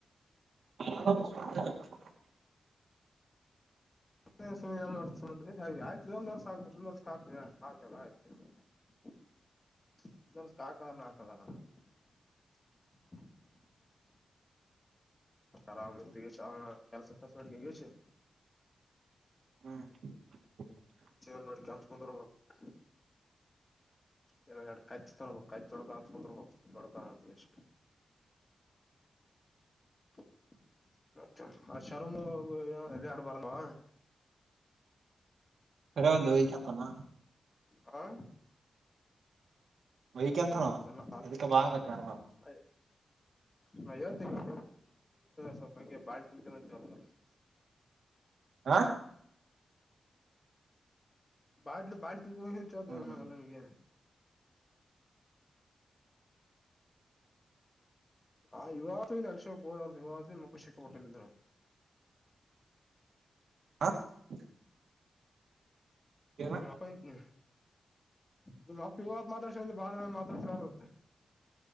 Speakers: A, on the right; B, on the left.
A: <unintelligible>
B: <unintelligible> <inaudible> <unintelligible> ಆರಾಮ ಇದಿಗಿ ಹ ಕೆಲಸ ಕೆಸ ಮಾಡಡಿಗೆ ಗೆಸಿ
A: <inaudible>
B: ಜೀವನ್ ನೋಡ್ಕ ಅಂತ್ ಕುಂದಿರ್ಬೇಕು ಇಏ ಎರಡು ಕಚ್ಚ ತೊಬೋ ಕಚ್ಚ್ ತೊಡ್ಕ ಅಂತಕೊಂಡಬೋ ತೊಡ್ಕ ಅಂತ ಎಷ್ಟ <inaudible> ಮತ್ತೆ ಆ ಶರ್ಮ <unintelligible> ಆಡು ಬಾರವ
A: <unintelligible> ಲವಿಕ ತಮ್ಮ
B: ಹಾ
A: ವೈಕ್ಯಂತನ
B: ಹೇಳ್ತಿನೋ
A: ಅವ ಅದಕ್ಕೆ ಬಾ ಅಂದ ಕರ್ದ
B: <unintelligible> ನಾ ಹೇಳ್ತಿನಿ ಸ್ವಲ್ಪ ಹಂಗೆ ಬಾಳ <unintelligible>
A: ಹಾ
B: ಬಾಟಲ್ ಬಾ <unintelligible> ನಿನ್ಗೆ
A: ಹ್ಮ್
B: <inaudible> ನಾ ಇವತ್ತು ನನ್ಕ್ಷೋದಾರ್ರ್ದ ವಿವ ಮುಪ್ಪ ಶೆಕ್ಕ ಪಟ್ಟಲ್ಲಿಂದ್ರ
A: <inaudible> ಏನ
B: ನೀ ಮತಂಕಿ ನಿಮ್ಮ ಅಪ್ಪ ಇವತ್ ಮಾತಾಡ್ಸ ಬಾದ ಮೇಲೆ ಮಾತಾಡ್ಸತ್ತೆ